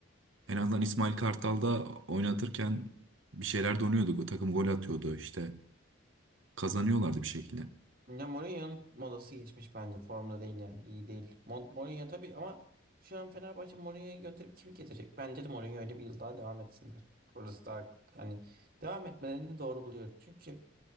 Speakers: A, on the right; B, on the right.
A: En azından İsmail Kartal'da oynatırken bir şeyler donuyordu. Takım gol atıyordu işte. Kazanıyorlardı bir şekilde.
B: Ya Mourinho'nun modası geçmiş bence. Formda değil yani. iyi değil. Mo- Mourinho tabii ama şu an Fenerbahçe Mourinho'yu gönderip kimi getirecek? Bence de Mourinho öyle bir yıl daha devam etsinler. Orası daha hani devam etmelerini doğru buluyorum. Çünkü